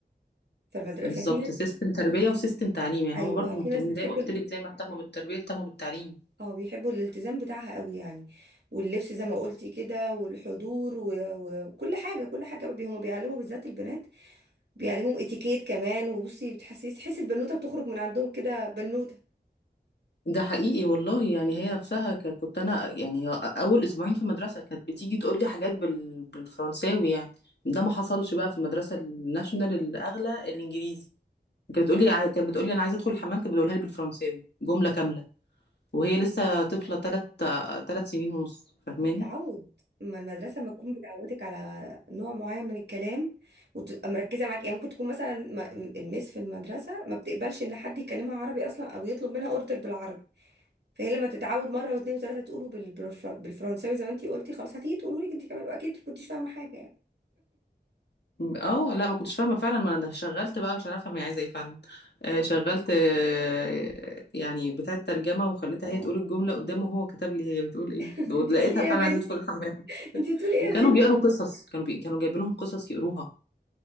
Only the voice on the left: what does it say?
بالظبط
سيستم تربية وسيستم تعليم يعني
هما برضو
مهتمين
زي ما قلت لك زي ما اهتموا بالتربية اهتموا بالتعليم
ده حقيقي والله يعني هي نفسها ك- كنت انا يعني اول اسبوعين في المدرسة كانت بتيجي تقول لي حاجات بال... بالفرنساوي يعني ده ما حصلش بقى في المدرسة الناشونال الاغلى الانجليزي كانت بتقول لي عاي- كانت بتقول لي انا عايزة ادخل الحمام كانت بتقولها لي بالفرنساوي جملة كاملة وهي لسه طفلة ثلاث ثلاث سنين ونص فاهماني
اه لا ما كنتش فاهمه فعلا ما انا شغلت بقى عشان افهم هي عايزه ايه فعلا آه، شغلت آه، يعني بتاعه ترجمه وخليتها
هي تقول الجمله قدامه وهو كتب لي هي بتقول ايه
دول
لقيتها
فعلا
عايزه ادخل الحمام
وكانوا
بيقروا قصص كانوا بي... كانوا جايبين لهم قصص يقروها